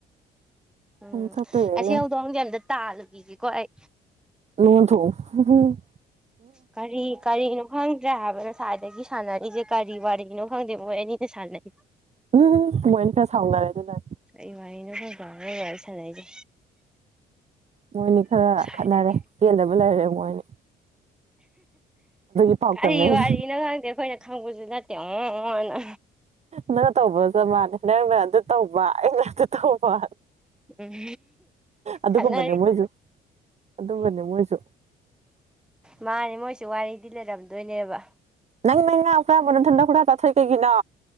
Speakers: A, in the centre; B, on the right.
A: ꯎꯝ
B: ꯑꯃꯨꯛ ꯆꯠꯇꯣꯏꯅꯤꯅꯦ
A: ꯑꯁꯤ ꯍꯧꯗꯣꯡꯖꯦ ꯑꯝꯇ ꯇꯥꯜꯂꯨꯒꯤꯒꯦꯀꯣ ꯑꯩ
B: ꯅꯣꯡꯅ ꯊꯣꯝꯃꯣ
A: ꯀꯔꯤ ꯀꯔꯤꯅꯣ ꯈꯪꯗ꯭ꯔꯦ ꯍꯥꯏꯕ ꯉꯁꯥꯏꯗꯒꯤ ꯁꯥꯟꯅꯔꯤꯁꯦ ꯀꯔꯤ ꯋꯥꯔꯤꯅꯣ ꯈꯪꯗꯦ ꯃꯣꯏ ꯑꯅꯤꯅ ꯁꯥꯟꯅꯩ
B: ꯎꯝ ꯃꯣꯏꯅꯤ ꯈꯔ ꯁꯥꯎꯅꯔꯦ ꯑꯗꯨꯅ
A: ꯀꯩ ꯋꯥꯔꯤꯅꯣ ꯈꯪꯗꯦ ꯃꯣꯏꯅ ꯋꯥꯔꯤ ꯁꯥꯟꯅꯩꯁꯦ
B: ꯃꯣꯏꯅꯤ ꯈꯔ
A: ꯉꯁꯥꯏꯗꯒꯤ
B: ꯈꯠꯅꯔꯦ ꯄꯦꯟꯗꯕ ꯂꯩꯔꯦ ꯃꯣꯏ ꯑꯅꯤ ꯄꯥꯎꯇꯝꯅꯩꯅꯦ
A: ꯀꯔꯤ ꯋꯥꯔꯥꯅꯣ ꯈꯪꯗꯦ ꯑꯩꯈꯣꯏꯅ ꯈꯪꯕꯁꯨ ꯅꯠ ꯇꯅ
B: ꯅꯪ ꯇꯧꯕ ꯆꯞ ꯃꯥꯥꯟꯂꯦ ꯅꯪꯅ ꯑꯗꯨ ꯇꯧꯕ ꯑꯩꯅ ꯑꯗꯨ ꯇꯧꯕ
A: ꯎꯝ
B: ꯑꯗꯨꯒꯨꯝꯕꯅꯦ
A: ꯈꯠꯅꯔꯤꯅꯦ
B: ꯃꯣꯏꯁꯨ ꯑꯗꯨꯒꯝꯕꯅꯦ ꯃꯣꯏꯁꯨ
A: ꯃꯥꯅꯤ ꯃꯣꯏꯁꯨ ꯋꯥꯔꯤꯗꯤ ꯂꯩꯔꯝꯗꯣꯏꯅꯦꯕ
B: ꯅꯪ ꯃꯉ ꯑꯣ ꯃ ꯊꯟ ꯈ ꯍꯥ ꯇꯇꯥ ꯊꯣꯏ ꯀꯩꯒꯤꯅꯣ